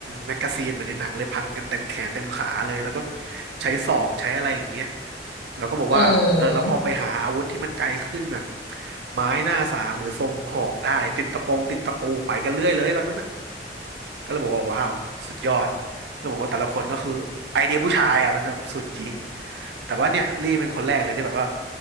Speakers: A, on the right; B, on the left.
A: แมกกาซีนเหมือนในหนังเลยพันกันเต็มแขนเต็มขาเลยแล้วก็ใช้ศอกใช้อะไรอย่างเงี้ยเราก็บอกว่าเออแล้วพอไปหาอาวุธที่มันไกลขึ้นแบบ
B: อืม
A: ไม้หน้าสามหรือทรงหอกได้ติดตะปงติดตะปูไปกันเรื่อยเลยตอนนั้นน่ะก็เลยบอกว่าว้าวสุดยอดก็บอกว่าแต่ละคนก็คือไอเดียผู้ชายอ่ะมันแบบสุดจริงแต่ว่าเนี่ยลี่เป็นคนแรกเลยที่แบบว่า